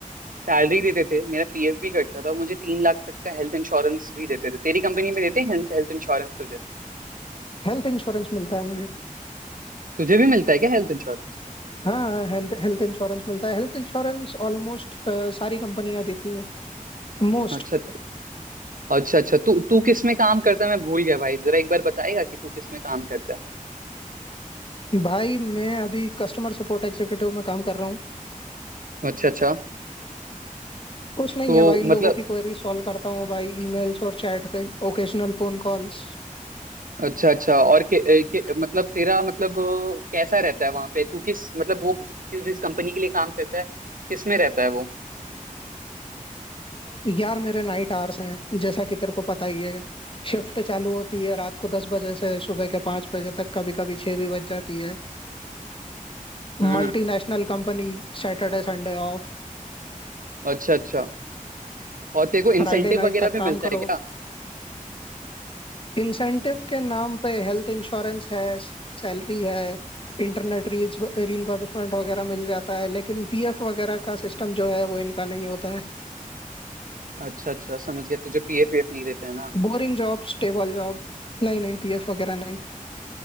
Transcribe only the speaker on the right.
सैलरी देते थे मेरा पीएफ भी कटता था मुझे तीन लाख तक का हेल्थ इंश्योरेंस भी देते थे तेरी कंपनी में देते हैं हेल्थ इंश्योरेंस तुझे
तुझे भी मिलता है क्या हेल्थ इंश्योरेंस
अच्छा अच्छा अच्छा तू तू किस में काम करता है मैं भूल गया भाई जरा एक बार बताएगा कि तू किस में काम करता है
अच्छा अच्छा
तो
मतलब
अच्छा अच्छा और के, ए, के, मतलब तेरा मतलब अ, कैसा रहता है वहां पे तू किस मतलब वो जो- तू जिस कंपनी के लिए काम करता है किस में रहता है वो
हम्म
अच्छा अच्छा और तेरे को इंसेंटिव
वगैरह
भी
मिलता
है क्या
अच्छा अच्छा समझ गया तुझे पीएफ वीएफ नहीं देते हैं ना